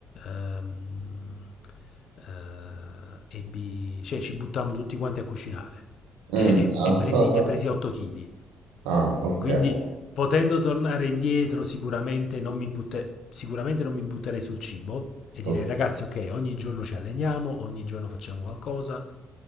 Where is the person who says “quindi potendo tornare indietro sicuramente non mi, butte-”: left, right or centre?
Left